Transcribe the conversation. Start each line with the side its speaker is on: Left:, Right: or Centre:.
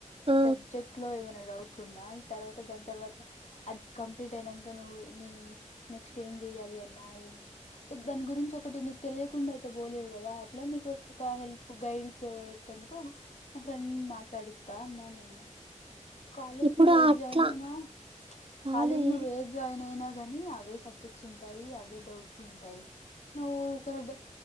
Right: ఆ
Left: సబ్జెక్ ఇంట్లో ఏమనా డౌట్ ఉన్నా తర్వాత దాన్ తర్వాత అది కంప్లీట్ అయినంక నువ్వు నీ నెక్స్ట్ ఏం చెయాలి అన్నా ఏం టే దాన్ గురించి ఒకటి నీక్ తెలియకుండా అయితే బోలేవు కదా అట్లే నీకు ఒక హెల్ప్ గైడ్ ఇచ్చేటందుకు మా ఫ్రెండ్ మాట్లాడిస్తా అన్నానేమో కాలేజ్
Right: ఇప్పుడు
Left: నువ్వేద్
Right: అట్లా
Left: జాయిన్ అయినా
Right: కాదే
Left: కాలేజ్ నువ్వేద్ జాయిన్ అయినా గాని అ అవే సబ్జెక్ట్స్ ఉంటాయి అవే డౌట్లు ఉంటయ్ నువ్వు ఒక డె